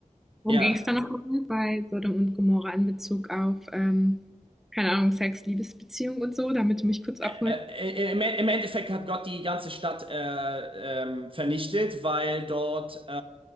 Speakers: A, in the centre; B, on the right.
A: worum
B: ja.
A: ging es da nochmal bei Sodom und Gomorra in Bezug auf, ähm, keine Ahnung, Sex, Liebesbeziehung und so, damit du mich kurz
B: Äh,
A: abholst?
B: äh, Im im Endeffekt hat Gott die ganze Stadt äh, ähm, vernichtet, weil dort, äh,